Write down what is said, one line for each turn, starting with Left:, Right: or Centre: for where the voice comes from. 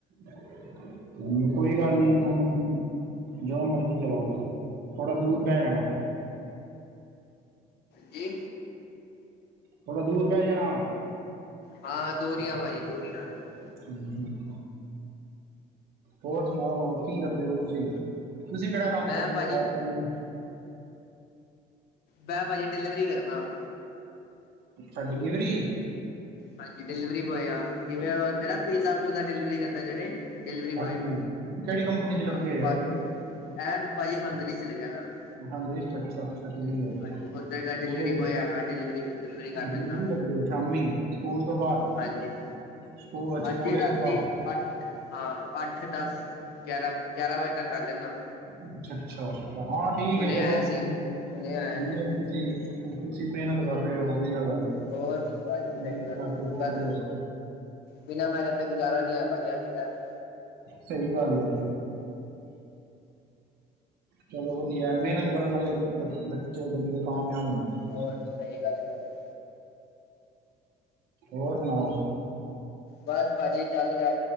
Right: ਹ ਕੋਈ ਗੱਲ ਨੀ, ਜੋ ਮਰਜੀ ਜੋ ਮਰਜੀ ਚਲਾਉ ਥੋੜ੍ਹਾ ਦੂਰ ਬਹਿ ਜਾਣਾ
Left: ਜੀ
Right: ਥੋੜਾ ਦੂਰ ਬਹਿ ਜਾਣਾ
Left: ਹਾਂ ਦੂਰ ਆਂ ਭਾਜੀ ਦੂਰ ਆਂ ਉਹਦੇ ਤੋਂ
Right: <unintelligible> ਹੋਰ ਸੁਣਾਓ ਕੀ ਕਰਦੇ ਹੋ ਤੁਸੀਂ ਤੁਸੀਂ ਕਿਹੜਾ ਕੰਮ
Left: ਮੈਂ
Right: ਕਰਦੇ
Left: ਭਾਜੀ
Right: ਹੋ ਪਾਰਟ ਟਾਈਮ
Left: ਮੈਂ ਭਾਜੀ ਡਿਲਵਰੀ ਕਰਦਾ
Right: ਹਾਂਜੀ ਡਿਲਵਰੀ
Left: ਹਾਂਜੀ ਡਿਲਵਰੀ ਬੋਏ ਆ ਜਿਵੇਂ ਉਹ ਹੁੰਦੇ ਆ ਪੀਜ਼ਾ ਪੂਜਾ ਡਿਲੀਵਰੀ ਕਰਦਾ ਜਿਹੜੇ ਡਿਲੀਵਰੀ
Right: ਹਾਂਜੀ
Left: ਬੋਏ
Right: ਕਿਹੜੀ ਕੰਪਨੀ ਚ ਲੱਗੇ
Left: ਹਾਂ,
Right: ਹੋਏ ਹੋ?
Left: ਐ ਭਾਜੀ ਹੰਗਰੀ ਚ ਲਿਖਿਆ ਦਾ ਮੈ
Right: ਹਾਂਜੀ ਅੱਛਾ-ਅੱਛਾ ਠੀਕ ਹੈ
Left: ਹਾਂਜੀ ਉਧਰ ਦਾ ਡਿਲੀਵਰੀ
Right: ਹੋਰ
Left: ਬੋਏ ਹੈਗਾ ਡਿਲੀਵਰੀ ਡਿਲੀਵਰੀ ਕਰ
Right: ਡਿਲੀਵਰੀ
Left: ਲੈਂਦਾ
Right: ਕਰਦੇ ਸ਼ਾਮੀ ਸਕੂਲ ਤੋਂ ਬਾਅਦ
Left: ਹਾਂਜੀ
Right: ਸਕੂਲ ਅੱਛਾ
Left: ਹਾਂਜੀ
Right: ਕੋਲਜ
Left: ਰਾਤੀ
Right: ਤੋਂ ਬਾਅਦ
Left: ਅੱਠ ਹਾਂ ਅੱਠ ਦਸ ਗਿਆਰਾਂ- ਗਿਆਰਾਂ ਵਜੇ ਤੱਕ ਕਰ ਲੈਂਦਾ
Right: ਅੱਛਾ ਅੱਛਾ ਅੱਛਾ ਹਾਂ ਠੀਕ
Left: ਹੁਣੇ
Right: ਹੈ ਚਲੋ
Left: ਆਇਆ
Right: ਕੋਈ
Left: ਸੀ ਹੁਣੇ ਆਇਆ
Right: ਨੀ।
Left: ਸੀ
Right: ਤੇ ਤੁਸੀਂ ਮਿਹਨਤ ਕਰਦੇ ਰਹੇ ਹੋ ਵਧੀਆ ਗੱਲ ਹੈ।
Left: ਹੋਰ ਭਾਜੀ ਸਹੀ
Right: ਮਿਹਨਤ
Left: ਗੱਲ
Right: ਕਰਕੇ
Left: ਹੈ
Right: ਪੜ
Left: ਬਸ।
Right: ਰਹੇ ਹੋ
Left: ਬਿਨਾਂ ਮਿਹਨਤ ਦੇ ਗੁਜ਼ਾਰਾ ਨਹੀਂ ਹੈ ਭਾਜੀ ਅੱਜ ਦੇ ਟਾਈਮ 'ਚ।
Right: ਸਹੀ ਗੱਲ ਆਂ। ਚਲੋ ਵਧੀਆ ਮਿਹਨਤ ਕਰਨ ਨਾਲੇ ਬੱਚੇ ਬੰਦੇ ਕਾਮਯਾਬ ਹੁੰਦੇ ਨੇ।
Left: ਹੋਰ ਸਹੀ ਗੱਲ ਹੈ। ਭਾਜੀ
Right: ਹੋਰ ਸੁਣਾਓ।
Left: ਬਸ ਭਾਜੀ ਚੱਲ ਰਿਹਾ